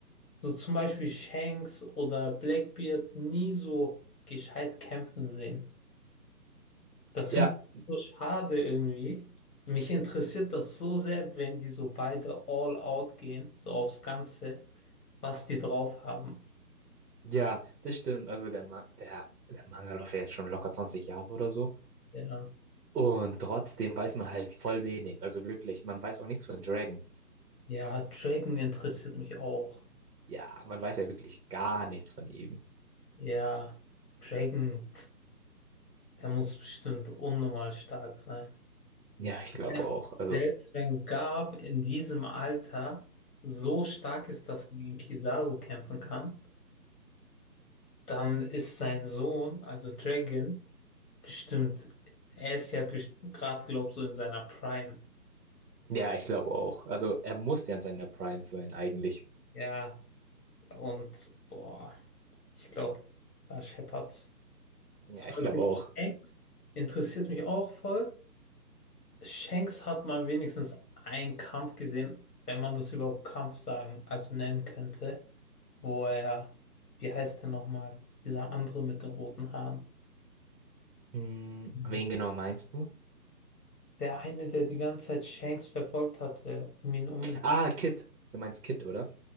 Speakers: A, on the left; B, on the right.
A: so zum Beispiel Shanks oder Blackbeard nie so gescheit kämpfen sehen. Das
B: Ja,
A: finde ich so schade irgendwie. Mich interessiert das so sehr, wenn die so beide all out gehen, so aufs Ganze, was die drauf haben.
B: ja, das stimmt. Also der, Ma der, der Manga läuft ja jetzt schon locker 20 Jahre oder so.
A: Ja.
B: Und trotzdem weiß man halt voll wenig. Also wirklich, man weiß auch nichts von Dragon.
A: Ja, Dragon interessiert mich auch.
B: Ja, man weiß ja wirklich gar nichts von ihm.
A: Ja, Dragon, pf, der muss bestimmt unnormal stark sein.
B: Ja, ich glaube
A: Ja.
B: auch. Also,
A: Selbst wenn Garp in diesem Alter so stark ist, dass er gegen Kizaru kämpfen kann, dann ist sein Sohn, also Dragon, bestimmt, er ist ja gerade, glaub so in seiner Prime.
B: ja, ich glaube auch. Also er muss ja in seiner Prime sein eigentlich.
A: Ja, und boah, ich glaube, da scheppert's.
B: Ja,
A: Zum
B: ich
A: Beispiel
B: glaube auch.
A: Shanks interessiert mich auch voll. Shanks hat mal wenigstens einen Kampf gesehen, wenn man das überhaupt Kampf sagen, also nennen könnte, wo er, wie heißt der nochmal, dieser andere mit den roten Haaren.
B: Hm,
A: Mhm.
B: wen genau meinst du?
A: Der eine, der die ganze Zeit Shanks verfolgt hatte, um ihn unbedingt.
B: Ah, Kid. Du meinst Kid, oder?